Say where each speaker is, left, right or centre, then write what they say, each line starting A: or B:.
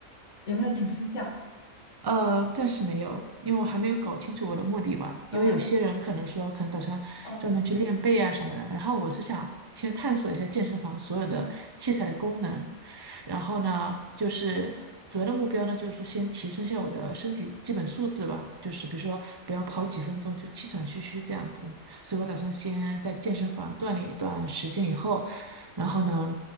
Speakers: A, on the left; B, on the right.
A: 有没有请私教？
B: 呃，暂时没有，因为我还没有搞清楚我的目的吧。因为有些人可能说，
A: 呃，
B: 可能打算专门去练背啊什么的，
A: <laughs> 哦，
B: 然后我是想先探索一下健身房所有的器材的功能，
A: 嗯，
B: 然后呢，就是主要的目标呢，
A: 哦，
B: 就是说先提升一下我的身体基本素质吧，就是比如说不要跑几分钟就气喘吁吁这样子。所以我打算先在健身房锻炼一段时间以后，然后呢，